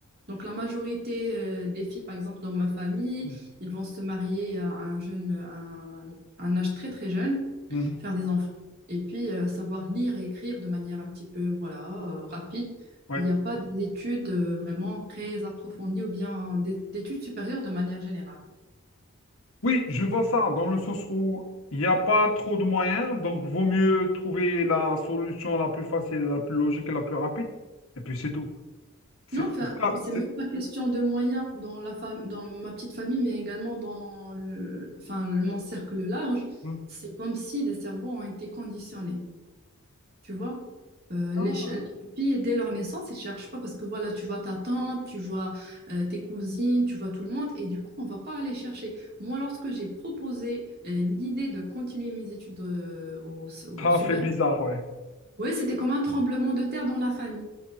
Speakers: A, on the right; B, on the left.
A: Donc, la majorité euh, des filles, par exemple, dans ma famille,
B: oui.
A: ils vont se marier à un jeune, à un, à un âge très très jeune,
B: Mhm.
A: faire des enfants, et puis euh, savoir lire et écrire de manière un petit peu voilà euh, rapide.
B: Ouais.
A: Il n'y a pas d'études euh, vraiment très approfondies ou bien d'é- d'études supérieures de manière générale.
B: Oui, je vois ça dans le sens où il n'y a pas trop de moyens, donc vaut mieux trouver la solution la plus facile, la plus logique et la plus rapide, et puis c'est tout. C'est
A: Non, enfin,
B: c'est ça,
A: c'est
B: c'est...
A: même pas question de moyens dans la fam- dans ma petite famille, mais également dans le- enfin, le- mon cercle large.
B: Hmm.
A: C'est comme si les cerveaux ont été conditionnés. Tu vois, Euh,
B: Ah,
A: les, che- les filles, dès leur naissance, elles cherchent pas parce que voilà, tu vois ta tante, tu vois euh, tes cousines, tu vois tout le monde, et du coup, on va pas aller chercher. Moi, lorsque j'ai proposé euh, l'idée de continuer mes études euh, au, au
B: ça
A: supérieur,
B: fait bizarre, ouais.
A: oui, c'était comme un tremblement de terre dans la famille.